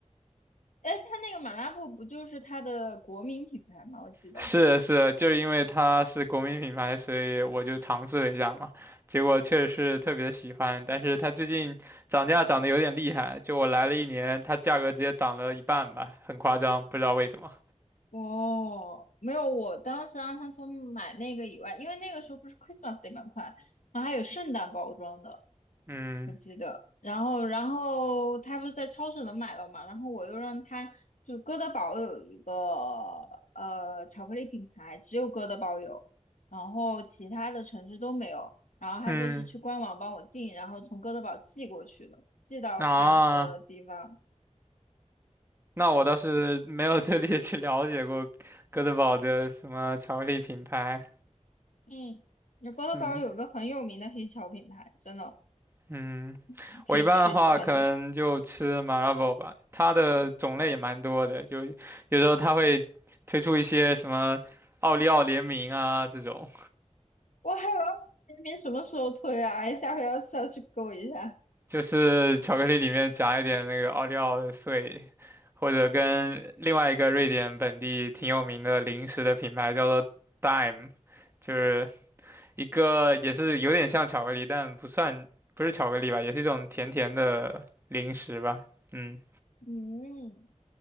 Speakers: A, on the left (about 75°); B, on the right (about 20°).
A: 哎，他那个马拉布不就是他的国民品牌吗？我记得。
B: <laughs> 是是，就是因为它是国民品牌，所以我就尝试了一下嘛，结果确实是特别喜欢。但是它最近涨价涨得有点厉害，就我来了一年，它价格直接涨了一半吧，很夸张，不知道为什么。
A: 哦，没有，我当时让他从买那个以外，因为那个时候不是 Christmas Day 蛮快，然后还有圣诞包装的。
B: 嗯
A: 我记得，然后然后他不是在超市能买到嘛，然后我又让他就哥德堡有一个呃巧克力品牌，只有哥德堡有，然后其他的城市都没有，然后他就是去官网帮我订，
B: 嗯
A: 然后从哥德堡寄过去的，寄到他的地方。
B: 啊，那我倒是没有特地去了解过哥德堡的什么巧克力品牌。
A: 嗯，那哥德堡有个很有名的黑巧品牌，
B: 嗯。
A: 真的，
B: 嗯，
A: 你可以去查查。
B: 我一般的话可能就吃 m a r 麻辣锅吧，它的种类也蛮多的，就有时候它会推出一些什么奥利奥联名啊这种，
A: 我还有二零零零什么时候推啊？哎，下回要是要去勾一下。
B: 就是巧克力里面夹一点那个奥利奥碎，或者跟另外一个瑞典本地挺有名的零食的品牌叫做 Dime，就是一个也是有点像巧克力，但不算不是巧克力吧，也是一种甜甜的零食吧，嗯。
A: 嗯。